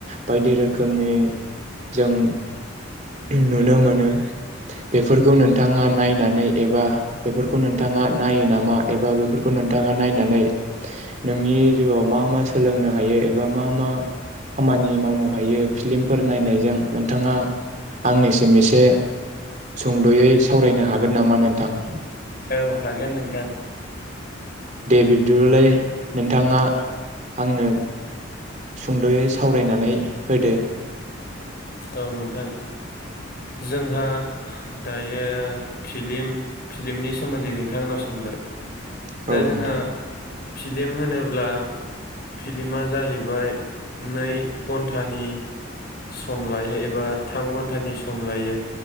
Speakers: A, on the right; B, on the left.
A: बायदि रोखोमनि जों नुनो मोनो बेफोरखौ नोंथाङा नायनानै एबा बेफोरखौ नोंथाङा नायो नामा एबा बेफोरखौ नोंथाङा नायनानै नोंनि जिउआव मा मा सोलोंनो हायो एबा मा मा खामानि मावनो हायो फिल्मफोर नायनायजों नोंथाङा आंनिसिम एसे सुंद'यै सावरायनो हागोन नामा नोंथां?
B: औ हागोन नोंथां।
A: दे बिब्दिबालाय नोंथाङा आंनो सुंद'यै सावरायनानै होदो।
B: औ नोंथां जोंहा दायो फिलिम फिलिमनि सोमोन्दै नोंथांङा आंनाव सोंबाय
A: औ
B: दा जोंहा
A: नोंथां
B: फिलिम होनोब्ला फिल्मा जाहैबाय नै घन्टानि स सम लायो एबा थाम घन्टानि सम लायो